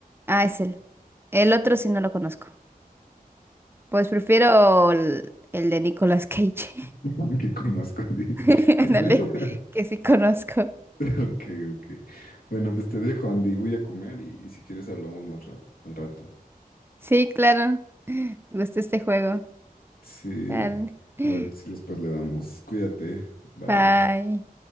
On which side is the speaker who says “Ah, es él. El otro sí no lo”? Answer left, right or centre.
Right